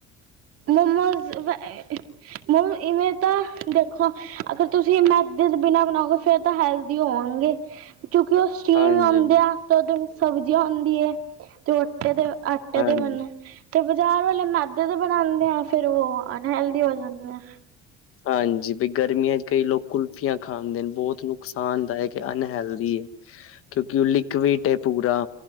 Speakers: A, on the right; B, on the left.
A: ਮੋਮੋਜ਼ <unintelligible> ਮ ਈਵੇਂ ਤਾਂ ਦੇਖੋ ਅਗਰ ਤੁਸੀਂ ਮੈਦੇ ਦੇ ਬੀਨਾਂ ਬਣਾਓਗੇ ਫੇਰ ਤਾਂ ਹੈਲ ਹੋਣਗੇ ਕਿਉਂਕੇ ਓ ਸਟੀਮ
B: ਹਾਂਜੀ,
A: ਆਔਦੇ ਆ ਤੇ ਓਦੇ ਵੀ ਸਬਜ਼ੀਆ ਹੁੰਂਦੀ ਏ, ਤੇ ਓ ਅੱਟੇ ਦੇ ਆਟੇ ਦੇ ਆਟੇ
B: ਹਾਂਜੀ।
A: ਦੇ ਬਨ ਤੇ ਬਜ਼ਾਰ ਵਾਲੇ ਮੈ ਦੇ ਦੇ ਬਣਾਦੇ ਆ, ਫੇਰ ਓ ਅਨਹੈਲਦੀ ਹੋ ਜਾਂਦੇ ਐ।
B: ਹਾਂਜੀ ਬੀ ਗਰਮੀਆ ਚ ਕਈ ਲੋਕ ਕੁਲਫੀਆਂ ਖਾਂਦੇ ਨੇ ਬੋਤ ਨੁਕਸਾਨਦਾਅਕ ਅਨਹੈਲਦੀ ਏ। ਕੇਉਕਿ ਓ ਲਿਕਵਿਟ ੲੈ ਪੁਰਾ,